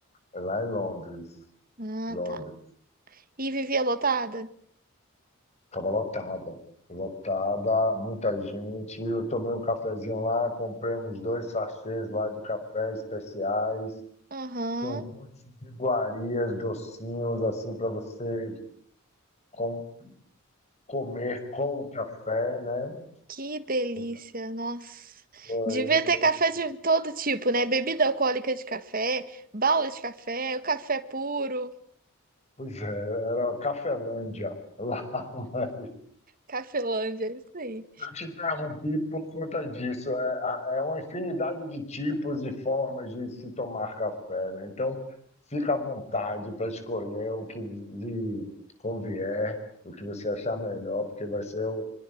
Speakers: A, on the left; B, on the right.
A: É lá em Londres.
B: Ah,
A: Londres.
B: tá. E vivia lotada?
A: Tava lotada, lotada, muita gente. Eu tomei um cafezinho lá, comprei uns dois sachês lá de café especiais.
B: Aham.
A: Tinha um monte de iguarias, docinhos, assim, para você com- comer com o café, né?
B: Que delícia,
A: O café,
B: nossa.
A: então,
B: Devia ter café
A: isso-
B: de todo tipo, né? Bebida alcoólica de café, bala de café, o café puro,
A: Pois é, era uma Cafelândia lá. <laughs>
B: Cafelândia, é isso aí.
A: Eu te interrompi por conta disso. É, a- é uma infinidade de tipos e formas de se tomar café, né? Então, fica à vontade para escolher o que lhe convier, o que você achar melhor, porque vai ser o,